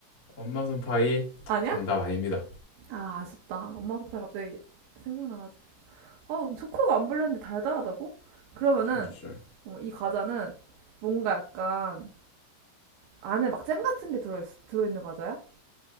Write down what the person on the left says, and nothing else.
엄마 손파이
정답 아닙니다.
그렇죠.